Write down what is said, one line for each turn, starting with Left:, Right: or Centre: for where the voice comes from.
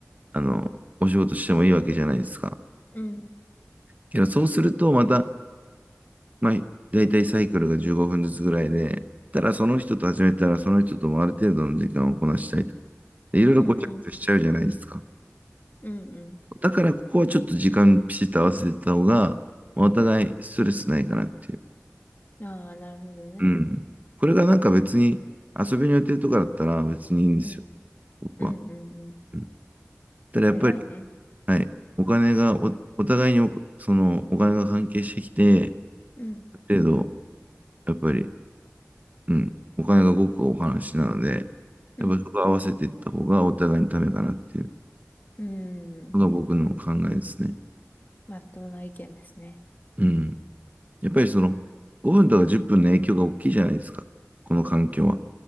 Right: あの、お仕事してもいいわけじゃないですか。
Left: うん。
Right: けど、そうすると、また、まあ、だいたいサイクルが15分ずつぐらいで、ただその人と始めたら、その人ともある程度の時間をこなしたいと。でいろいろごちゃごちゃしちゃうじゃないですか。
Left: うん。うん。うん。うん
Right: だから、ここはちょっと時間ピシッと合わせてた方が、まあお互いストレスないかなっていう。
Left: ああ、なるほどね。
Right: うん。これがなんか別に、遊びの予定とかだったら別にいいんですよ、
Left: うん。
Right: 僕は。
Left: うん。うん。うん。
Right: うんただやっぱり、
Left: 偉いね。
Right: はい。お金がお、お互いにお、その、お金が関係してきて、
Left: うん。
Right: ある程度、やっぱり、うん、お金が動くお話なので、
Left: うん。
Right: やっぱりそこ合わせていった方がお互いにためかなっていう
Left: うん。
Right: のが僕の考えですね。
Left: まっとうな意見ですね。
Right: うん。やっぱりその、5分とか10分の影響が大きいじゃないですか。この環境は。